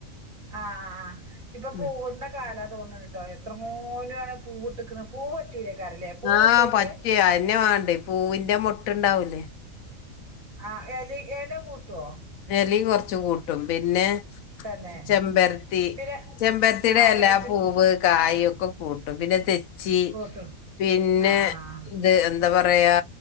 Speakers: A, on the right (about 80°); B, on the left (about 85°).
A: ആ ആ ഇപ്പം
B: ഉം.
A: പൂവ്ട്ണ കാല തോന്ന്ണ്ട്ട്ടോ എത്രങ്ങാനാണ് പൂവ്ട്ട്ക്ക്ണ് പൂവ് പറ്റൂലേക്കാരല്ലേ പൂവ്
B: ആഹ്
A: കിട്ടോയ്ക്ക്
B: പറ്റിയ ആയ്ന്നെയാ മാണ്ടേ പൂവിന്റെ മൊട്ട്ണ്ടാവും
A: അഹ് എലയ് എലകൂട്ടുവോ
B: എലേം കൊറച്ച് കൂട്ടും പിന്നെ
A: തന്നെ
B: ചെമ്പരത്തി
A: പിന്നെ
B: ചെമ്പരത്തീടെ
A: ആഹ്
B: എല
A: കഴിച്ച്
B: പൂവ് കായ് ഒക്ക് <unintelligible> കൂട്ടും പിന്നെ തെച്ച് ച്ചി
A: കൂട്ടും
B: പിന്നെ
A: ആഹ്
B: ഇത് എന്ത് ന്താ പറയാ